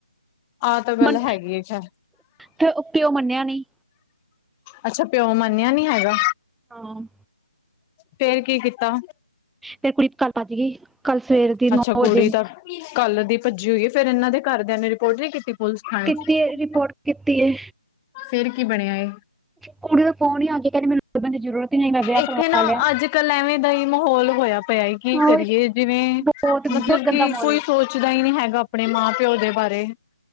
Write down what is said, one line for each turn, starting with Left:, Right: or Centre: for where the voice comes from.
Left: ਆਹ ਤਾਂ ਗੱਲ
Centre: ਮੰਨ
Left: ਹੈਗੀ ਏ ਖੈਰ
Centre: ਫਿਰ ਪਿਓ ਮੰਨਿਆ, ਨਹੀਂ
Left: ਅੱਛਾ ਪਿਉ ਮੰਨਿਆ ਨੀ ਹੈਗਾ,
Centre: ਹਾਂ,
Left: ਫੇਰ ਕੀ ਕੀਤਾ।
Centre: ਫੇਰ ਕੁੜੀ ਕੱਲ ਭੱਜ ਗਈ, ਕੱਲ ਸਵੇਰ ਦੀ ਨੌ
Left: ਅੱਛਾ
Centre: ਵਜੇ
Left: ਕੁੜੀ ਤਾਂ ਕੱਲ ਦੀ ਭੱਜੀ ਹੋਈ ਐ ਫੇਰ ਇਹਨਾਂ ਦੇ ਘਰਦਿਆਂ ਨੇ ਰਿਪੋਰਟ ਨੀ ਕੀਤੀ। ਪੁਲਿਸ ਥਾਣੇ
Centre: ਕੀਤੀ
Left: ਚ।
Centre: ਐ ਰਿਪੋਰਟ ਕੀਤੀ ਐ,
Left: ਫੇਰ ਕੀ ਬਣਿਆ ਐ,
Centre: ਕੁੜੀ ਦਾ ਫੋਨ ਹੀ ਆ ਗਿਆ ਕਹਿੰਦੀ ਮੈਨੂੰ ਲੱਭਣ ਦੀ ਜ਼ਰੂਰਤ ਹੀ ਨਹੀਂ ਮੈਂ ਵਿਆਹ
Left: ਇੱਥੇ
Centre: ਕਰਵਾ
Left: ਨਾ
Centre: ਲਿਆ
Left: ਅੱਜ-ਕੱਲ ਐਵੇਂ ਦਾ ਹੀ ਮਾਹੌਲ ਹੋਇਆ, ਪਿਆ ਹੀ ਕੀ
Centre: ਆਹੋ
Left: ਕਰੀਏ
Centre: ਇਹ
Left: ਜਿਵੇਂ
Centre: ਬਹੁਤ ਬਹੁਤ
Left: ਮਤਲਬ
Centre: ਗੰਦਾ
Left: ਕੀ
Centre: ਮਾਹੌਲ
Left: ਕੋਈ,
Centre: ਏ
Left: ਸੋਚਦਾ ਹੀ ਨੀ ਹੈਗਾ ਆਪਣੇ ਮਾਂ ਪਿਓ ਦੇ ਬਾਰੇ,